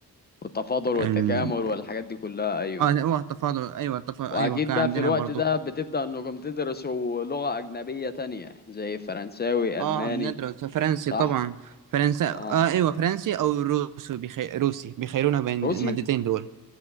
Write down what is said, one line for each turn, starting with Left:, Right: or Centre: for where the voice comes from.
Left: والتفاضل والتكامل
Right: ال...
Left: والحاجات دي كلها ايوه
Right: اه لا، هو التفاضل ايوه التفاضل
Left: واكيد
Right: ايوه كان
Left: بقى
Right: عندنا
Left: في الوقت
Right: برضه
Left: ده بتبدأ انكم تدرسوا لغة اجنبية تانية زي فرنساوي الماني
Right: اه بندرس فرنسي
Left: صح
Right: طبعا فرنسا
Left: اه
Right: اه ايوه فرنسي او روسي بيخي... روسي بيخيرونا بين
Left: روسي
Right: المادتين دول